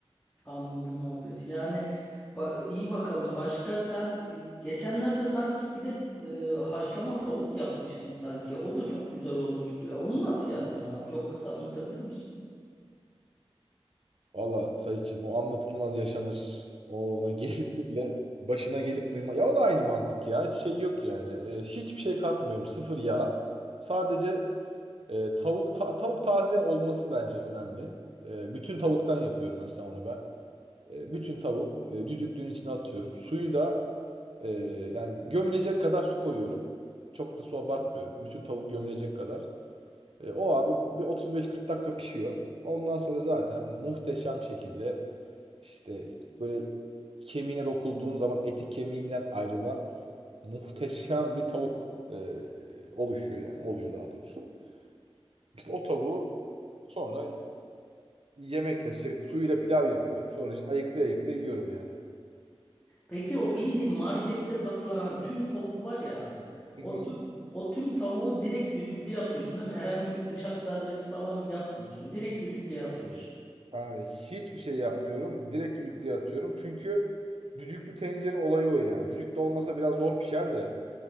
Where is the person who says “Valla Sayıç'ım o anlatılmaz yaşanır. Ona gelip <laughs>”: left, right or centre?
Right